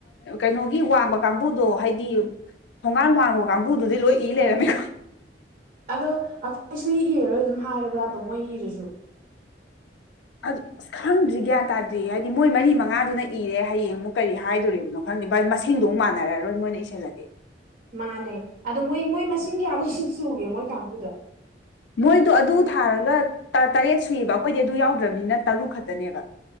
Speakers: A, on the left; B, on the right.
A: ꯀꯩꯅꯣꯒꯤ ꯋꯥꯡꯕ ꯀꯥꯡꯕꯨꯗꯣ ꯍꯥꯏꯗꯤ ꯊꯣꯡꯒꯥꯟ ꯋꯥꯡꯕ ꯀꯥꯡꯕꯨꯗꯨꯗꯤ ꯂꯣꯏ ꯏ ꯂꯩꯔꯝꯃꯦ
B: ꯑꯗꯣ ꯑꯩꯈꯣꯏꯁꯨ ꯏꯔꯔꯣꯏ ꯑꯗꯨꯝ ꯍꯥꯏꯔꯕ꯭ꯔꯕ ꯃꯣꯏ ꯏꯔꯖꯨ
A: ꯑꯗꯨ ꯑꯁ ꯈꯪꯗ꯭ꯔꯤ ꯒ꯭ꯌꯥꯟ ꯇꯥꯗ꯭ꯔꯤ ꯍꯥꯏꯗꯤ ꯃꯣꯏ ꯃꯔꯤ ꯃꯉꯥꯗꯨꯅ ꯏꯔꯦ ꯍꯌꯦꯡ ꯑꯃꯨꯛ ꯀꯔꯤ ꯍꯥꯏꯗꯣꯔꯤꯕꯅꯣ ꯐꯪꯅꯤ ꯚꯥꯏ ꯃꯁꯤꯡꯗꯨ ꯃꯥꯟꯅꯔꯔꯣꯏ ꯃ‌ꯣꯏꯅ ꯑꯃꯨꯛ ꯏꯁꯜꯂꯗꯤ
B: ꯃꯥꯟꯅꯦ ꯑꯗꯣ ꯃꯣꯏ ꯃꯣꯏ ꯃꯁꯤꯡ ꯀꯌꯥꯗꯣꯁꯨ ꯁꯨꯒꯦ ꯃꯣꯏ ꯀꯥꯡꯒꯨꯗꯣ
A: ꯃꯣꯏꯗꯣ ꯑꯗꯨ ꯊꯥꯔꯒ ꯇ ꯇꯔꯦꯠ ꯁꯨꯏꯌꯦꯕ ꯑꯩꯈꯣꯏꯗꯤ ꯑꯗꯨ ꯌꯥꯎꯗ꯭ꯔꯕꯅꯤꯅ ꯇꯔꯨꯛ ꯈꯛꯇꯅꯦꯕ